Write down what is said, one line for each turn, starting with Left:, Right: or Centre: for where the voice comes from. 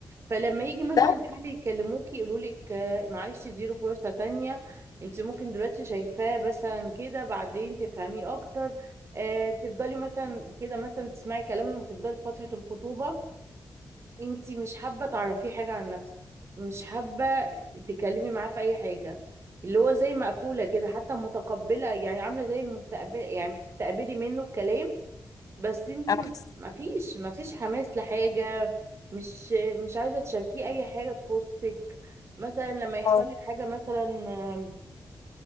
Right: فلما يجي مثلا
Left: بالظبط
Right: الاهل يكلموكي يقولوا لك معلش اديله فرصه تانية انت ممكن دلوقتي شايفاه مثلا كده بعدين تفهميه اكتر آه تفضلي مثلا كده مثلا تسمعي كلامهم وتفضلي في فتره الخطوبه انت مش حابه تعرفيه حاجه عن نفسك مش حابه تتكلمي معاه في اي حاجه اللي هو زي مقفوله كده حتى متقبله يعني عامله زي المستقبل يعني بتستقبلي منه الكلام بس انتي
Left: اه بالظبط.
Right: ما ما فيش ما فيش حماس لحاجة مش مش عايزة تشاركيه اي حاجة تخصك مثلا لما يحصل
Left: آه،
Right: لك حاجة مثلا آم،